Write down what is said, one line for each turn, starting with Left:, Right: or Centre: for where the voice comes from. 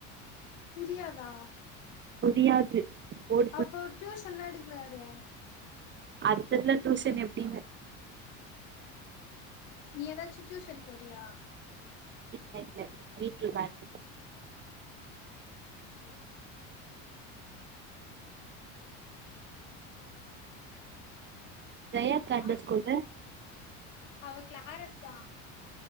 Left: புரியாதா
Right: புரியாது போர்டு
Left: அப்போ டியூஷன்லா எடுக்றாரே
Right: அது தெர்ல டூயூஷன் எப்டின்னு
Left: நீ ஏதாச்சும் டியூஷன் போறியா
Right: இல்ல இல்ல வீட்லதா இருக்க
Left: சேர்
Right: ஜெயாக்கா எந்த
Left: ஆ
Right: ஸ்கூலு
Left: அவ கிளாரட்தா